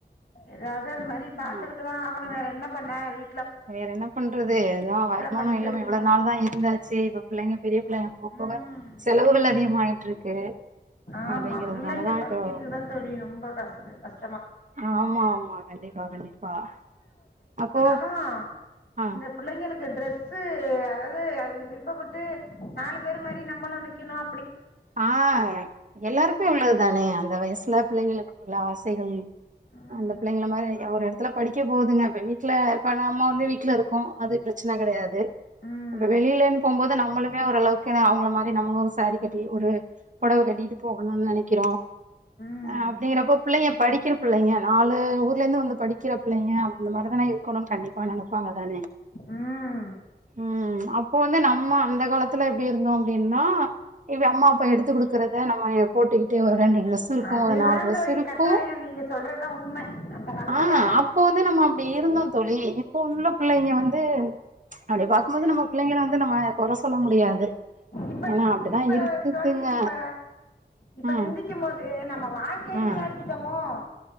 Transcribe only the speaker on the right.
ம்.
வேற என்ன பண்றது அதான் வருமானம்
இல்லாம
இவ்வளவு நாள் தான் இருந்தாச்சு இப்ப பிள்ளைங்க பெரிய பிள்ளைங்க போக
போக செலவுகள் அதிகமா ஆயிட்டு இருக்கு
அப்படிங்கிறதுனால
தான்
இப்போ
ஆமா ஆமா கண்டிப்பா கண்டிப்பா அப்போ
ஆ
ஆஹ் எல்லாருக்கும் உள்ளதுதானே இந்த வயசுல பிள்ளைங்களுக்கு உள்ள ஆசைகள்
அந்த பிள்ளைங்க மாரி ஒரு இடத்துல படிக்க போகுதுங்க வீட்டுல இப்ப நம்ம வந்து வீட்டுல இருக்கோம் அது பிரச்சனை கிடையாது
நம்ப வெளியிலன்னு போகும்போது நம நம்ளுமே ஓரளவுக்கு அவுங்கள மாரி நம்மளும் சாரி கட் டி ஒரு புடவை கட்டிட்டு போகணும்னு நினைக்கிறோம்
அஹ் அப்படிங்கறப்ப பிள்ளைங்க படிக்கிற பிள்ளைங்க நாலு ஊர்ல இருந்து வந்து படிக்கிற பிள்ளைங்க அந்த மாரி தானே இருக்கணும்னு கண்டிப்பா நினைப்பாங்க தானே
உம் அப்போ வந்து நம்ம அந்த காலத்துல எப்படி இருந்தோம் அப்படின்னா இப்ப அம்மா அப்ப எடுத்து குடுக்கறத நம்ம போட்டுக்கிட்டு ஒரு ரெண்டு ட்ரெஸ் இருக்கும்
ஒரு நாலு ட்ரெஸ்
இருக்கும்
ஆஹ் அப்போ வந்து நம்ம அப்படி இருந்தோம் தோழி இப்ப உள்ள பிள்ளைங்க வந்து அப்படி பார்க்கும் போது நம்ம பிள்ளைங்க வந்து நம்ம குறை சொல்ல முடியாது
ஏன்னா
அப்டிதா
இருக்குதுங்க
ம்
ம்